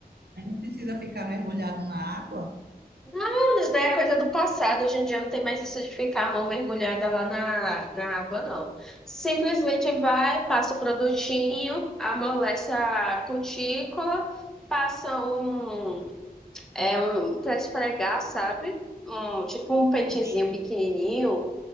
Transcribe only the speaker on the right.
aí não precisa ficar mergulhado na água?
Ou bem, assim.